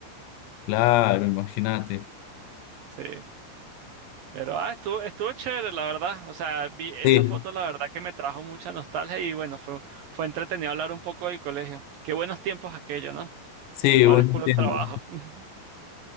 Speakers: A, on the left; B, on the right.
A: Claro, imagínate.
B: Sí. Pero ah, estuvo, estuvo chévere, la verdad. O sea, vi esa
A: Sí,
B: foto, la verdad que me trajo mucha nostalgia y bueno, fue, fue entretenido hablar un poco del colegio. Qué buenos tiempos aquello, ¿no?
A: sí,
B: Ahora
A: buen
B: es puro
A: tiempo.
B: trabajo. <laughs>